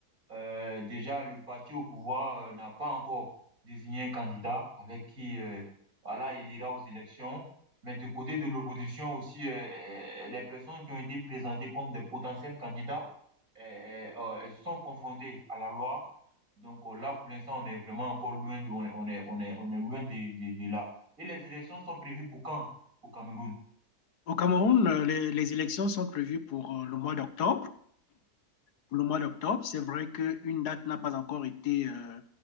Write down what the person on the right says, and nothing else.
Euh, déjà, le parti au pouvoir euh, n'a pas encore désigné un candidat avec qui euh, voilà, il ira aux élections. Mais du côté de l'opposition aussi, euh, euh, les personnes qui ont été présentées comme des potentiels candidats euh, euh, euh, sont confrontées à la loi. Donc euh, là, pour l'instant, on est vraiment encore loin de, on est, on est, on est, on est loin de, de, de là. Et les élections sont prévues pour quand? Au Cameroun.